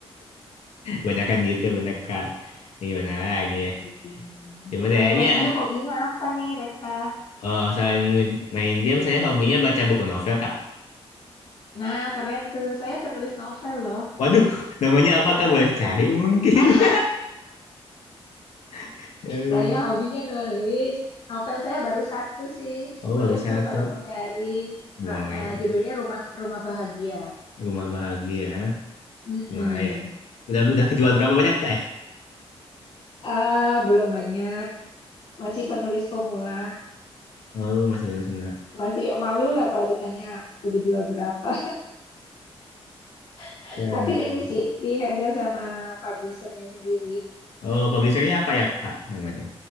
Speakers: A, on the left (about 80°); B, on the left (about 55°).
A: <laughs> kebanyakan gitu bener Kak. Ya gimana lagi ya.
B: Mm.
A: Cuma
B: Selain
A: deh
B: main
A: iya.
B: game, hobinya apa nih, Reka?
A: Oh, selain main game saya hobinya baca buku novel Kak.
B: Nah, keren tuh. Saya penulis novel loh.
A: Waduh, <laughs> namanya apa Kak? Boleh cari mungkin.
B: Ah,
A: <laughs> Ya ampun.
B: saya hobinya nulis. Novel saya baru satu sih.
A: Oh,
B: Boleh
A: bagus satu.
B: tuh kalau mau cari.
A: Boleh.
B: Nah, judulnya Rumah Rumah Bahagia.
A: Rumah bahagia.
B: Mm-mm.
A: Lumayan. Udah udah kejual berapa banyak teh?
B: Ah, belum banyak. Masih penulis pemula.
A: Oh, masih baru sebenarnya.
B: Masih malu lah kalau ditanya udah jual berapa. <laughs>
A: Teh.
B: Tapi ini sih di handle sama publishernya sendiri.
A: Oh, publishernya apa ya, Kak, namanya?